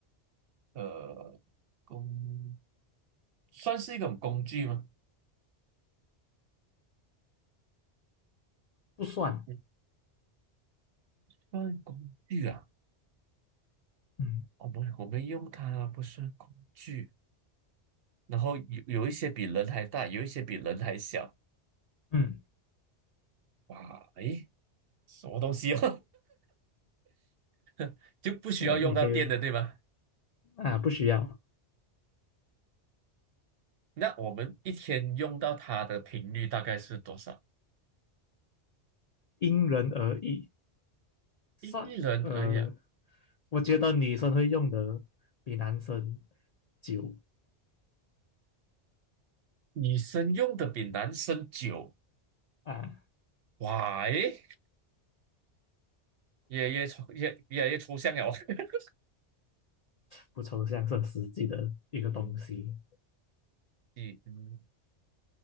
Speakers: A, on the right; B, on the left.
A: 呃，工算是一种工具吗？
B: 不算，
A: 不算工具啊，
B: 嗯
A: 我们我们用它不算工具，然后有有一些比人还大，有一些比人还小，
B: 嗯，
A: 哇，诶，什么东西哦，<laughs> 就不需要用到电的，
B: 呃，你可以
A: 对吗？
B: 啊，不需要，
A: 那我们一天用到它的频率大概是多少？
B: 因人而异，算，
A: 因人而异啊，
B: 呃，我觉得女生会用的比男生久
A: 女生用的比男生久，
B: 啊，
A: 哇，诶，越来越抽越越来越抽象了。<laughs>
B: 不抽象是很实际的一个东西。
A: 你嗯